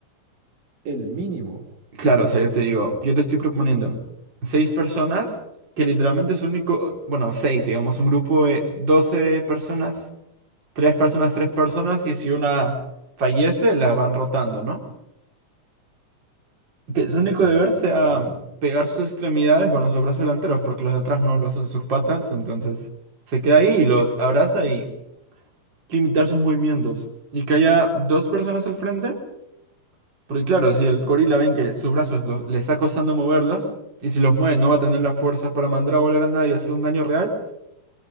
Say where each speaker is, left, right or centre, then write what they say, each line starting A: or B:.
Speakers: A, on the right; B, on the right.
A: El mínimo.
B: Claro,
A: Mm,
B: o sea, yo te digo, yo te estoy proponiendo seis personas que literalmente es único, bueno, seis, digamos, un grupo de 12 personas, tres personas, tres personas, y si una fallece, las van rotando, ¿no? Que su único
A: ok,
B: deber sea
A: entiendo.
B: pegar sus extremidades, bueno, sus brazos delanteros, porque los de atrás no los usa sus patas, entonces se queda ahí y los abraza y limitar sus movimientos. Y que haya dos personas al frente Porque claro, si el gorila ven que sus brazos lo- le está costando moverlos, y si los mueve no va a tener las fuerzas para mandar a volar a nadie y hacerle un daño real,